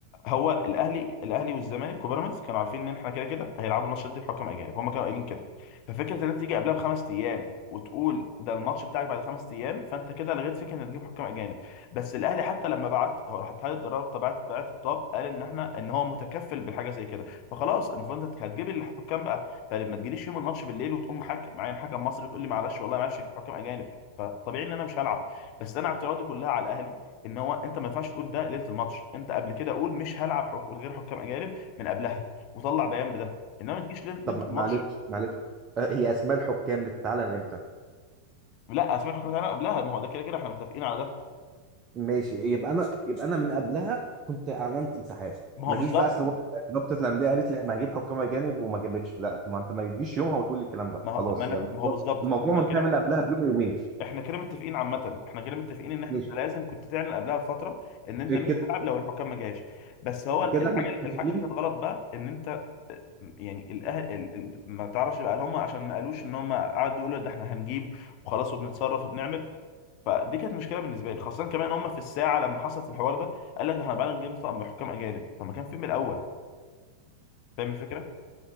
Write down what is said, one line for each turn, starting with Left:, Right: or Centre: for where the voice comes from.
Left: هو الاهلي الاهلي والزمالك وبيراميدز كانوا عارفين ان احنا كده كده هيلعبوا الماتش ده بحكام اجانب هم كانوا قايلين كده ففكره ان انت تيجي قبلها بخمس ايام وتقول ده الماتش بتاعك بعد خمس ايام فانت كده لغيت فكره ان تجيب حكام اجانب بس الاهلي حتى لما بعت هو راح اتحاد الرابطه بعت بعت خطاب قال ان احنا ان هو متكفل بالحاجه زي كده فخلاص المفروض انت هتجيب الحكام بقى فلما تجيليش يوم الماتش بالليل وتقوم حاكم معين حكم مصري وتقول لي معلش والله معلش اجيب حكام اجانب فطبيعي ان انا مش هلعب بس انا اعتراضي كلها على الاهلي ان هو انت ما ينفعش تقول ده ليله الماتش انت قبل كده قول مش هلعب حك... من غير حكام اجانب من قبلها وطلع بيان بده انما ما تجيش ليل-
Right: طب
Left: ليله
Right: ما-
Left: الماتش
Right: معلش معلش آه، هي اسماء الحكام بتتعلن امتى
Left: لا اسمع الحكام بتاعنا قبلها ما هو ده كده كده احنا متفقين على ده
Right: ماشي يبقى انا يبقى انا من قبلها كنت اعلنت انسحاب
Left: ما
Right: ما
Left: هو بالظبط
Right: جيش بقى اصل هو رابطه الانديه قالت لي انا هجيب حكام اجانب وما جابتش لا ما انت ما تجيش يومها وتقول لي الكلام ده
Left: ما هو
Right: خلاص
Left: ما, أنا...
Right: يعني
Left: ما
Right: الموضوع
Left: هو بالظبط
Right: الموضوع
Left: احنا
Right: منتهي
Left: كده
Right: من قبلها بيوم يومين
Left: احنا كده متفقين عامه احنا كده متفقين ان احنا
Right: ماشي
Left: انت لازم كنت تعلن قبلها بفتره ان انت مش
Right: كده
Left: هتلعب لو الحكام ما جاش بس هو الحاجه
Right: كده احنا متفقين
Left: الحاجه اللي كانت غلط بقى ان انت يعني الاهل ال- ال- ما تعرفش بقى هل هم عشان ما قالوش ان هم قعدوا يقولوا ده احنا هنجيب وخلاص وبنتصرف وبنعمل فدي كانت مشكله بالنسبه لي خاصه كمان هم في الساعه لما حصلت الحوار ده قال لك ده احنا بقى نجيب طقم حكام اجانب طب ما كان في من الاول فاهم الفكره؟